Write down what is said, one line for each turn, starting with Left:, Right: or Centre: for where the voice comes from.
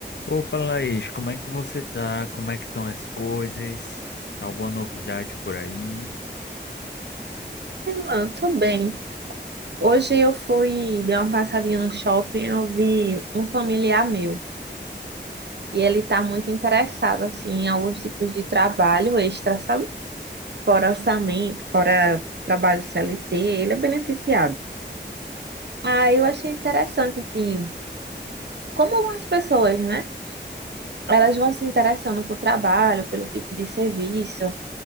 Left: Opa, Laís, como é que você tá? Como é que estão as coisas? Alguma novidade por aí?
Right: Ah, tô bem. Hoje eu fui, dei uma passadinha no shopping, eu vi um familiar meu e ele tá muito interessado assim em alguns tipos de trabalho extra, sabe? Fora orçamento, fora trabalho CLT, ele é beneficiado. Ah, eu achei interessante assim, como algumas pessoas, né? Elas vão se interessando por trabalho, pelo tipo de serviço,